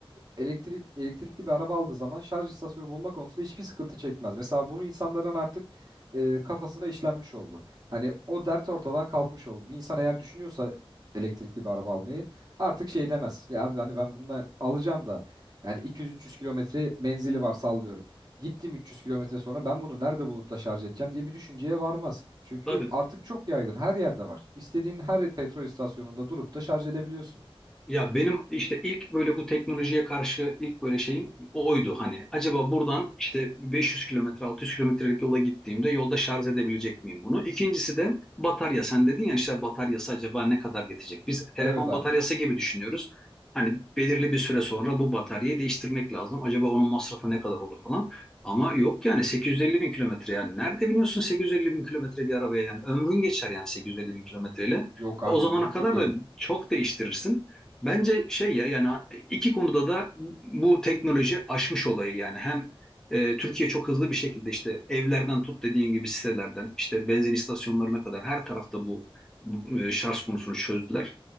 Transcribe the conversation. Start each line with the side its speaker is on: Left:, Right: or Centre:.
Right: elektrik elektrikli bir araba aldığı zaman şarj istasyonu bulma konusunda hiçbir sıkıntı çekmez. Mesela bunu insanların artık e, kafasına işlenmiş oldu. Hani o dert ortadan kalkmış oldu. Bir insan eğer düşünüyorsa elektrikli bir araba almayı artık şey demez. Ya abi hani ben bununla alacağım da yani 200-300 kilometre menzili var sallıyorum. Gittim 300 kilometre sonra ben bunu nerede bulup da şarj edeceğim diye bir düşünceye varmaz. Çünkü
Centre: Tabii.
Right: artık çok yaygın her yerde var. İstediğin her petrol istasyonunda durup da şarj edebiliyorsun.
Centre: Ya benim işte ilk böyle bu teknolojiye karşı ilk böyle şeyim o oydu hani. Acaba buradan işte 500 kilometre 600 kilometrelik yola gittiğimde yolda şarj edebilecek miyim bunu? İkincisi de batarya. Sen dedin ya işte bataryası acaba ne kadar yetecek? Biz telefon
Right: Evet abi.
Centre: bataryası gibi düşünüyoruz. Hani belirli bir süre sonra bu bataryayı değiştirmek lazım. Acaba onun masrafı ne kadar olur falan. Ama yok yani 850 bin kilometre yani. Nerede biniyorsun 850 bin kilometre bir arabaya yani. Ömrün geçer yani 850 bin kilometreyle.
Right: Yok
Centre: O
Right: abi
Centre: zamana
Right: mümkün
Centre: kadar
Right: değil.
Centre: da çok değiştirirsin. Bence şey ya yani iki konuda da bu teknoloji aşmış olayı yani hem e, Türkiye çok hızlı bir şekilde işte evlerden tut dediğin gibi sitelerden işte benzin istasyonlarına kadar her tarafta bu, bu, e, şarj konusunu çözdüler.